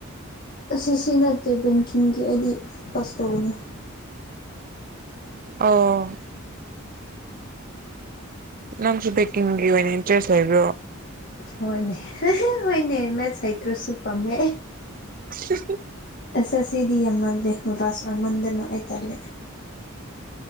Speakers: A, on the left; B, on the right.
A: ꯑꯁꯤ ꯁꯤ ꯅꯠꯇꯦ ꯕꯦꯡꯀꯤꯡꯒꯤ ꯑꯩꯗꯤ ꯐꯣꯀꯁ ꯇꯧꯧꯕꯅꯤ
B: ꯑꯣ ꯅꯪꯁꯨ ꯕꯦꯀꯤꯡꯒꯤ ꯑꯣꯏꯅ ꯏꯟꯇꯔꯦꯁ ꯂꯩꯕ꯭ꯔꯣ
A: ꯍꯣꯏꯅꯦ ꯍꯣꯏꯅꯦ ꯃꯦꯠ ꯍꯩꯇ꯭ꯔꯁꯨ ꯄꯥꯝꯃꯦ
B: ꯁꯤ
A: ꯑꯁ ꯑꯁꯤ ꯑꯁꯤꯗꯤ ꯌꯥꯝꯃꯜꯂꯦ ꯕꯥꯁ ꯑꯣꯏꯃꯟꯗꯅ ꯍꯥꯏꯇꯥꯔꯦ